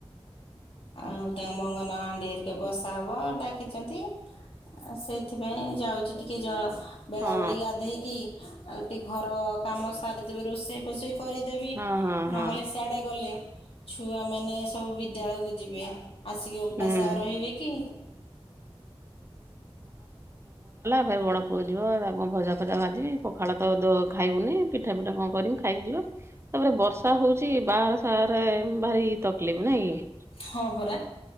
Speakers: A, on the left; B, on the right.
A: ଆଉ ତାଙ୍କ ମଙ୍ଗନ ହାଣ୍ଡି ହେରିକା ବସା ହବ ଡାକିଛନ୍ତି ଆଉ ସେଇଥିପାଇଁ ଯାଉଛି ଟିକେ ଜ ବେଳାବେଳି
B: ହଁ
A: ଗାଧେଇକି ଆଉ ଟିକେ ଘର କାମ ସାରିଦେବେ ରୋଷେଇ ଫୋଷେଇ କରିଦେବି,
B: ହଁ ହଁ
A: ନହେଲେ
B: ହଁ
A: ସିଆଡେ ଗଲେ ଛୁଆମାନେ ସବୁ ବିଦ୍ୟାଳୟକୁ ଯିବେ ଆସିକି ଉପାସ
B: ହୁଁ।
A: ଆଉ ରହିବେ କି?
B: ତଥାପି ବଡ଼ ପୁଅ ଯିବ ତାକୁ କଣ ଭଜା ଫଜା ଭାଜିବି ପଖାଳ ତ ଦ ଖାଇବୁନି, ପିଠା ପିଠା କଣ କରିମି ଖାଇକି ଯିବ ତାପରେ ବର୍ଷା ହଉଛି ବାହାଘର ସାହାଘରରେ ଭାରି ତକଲିଫ ନାଇଁକି?
A: ହଁ ପରା।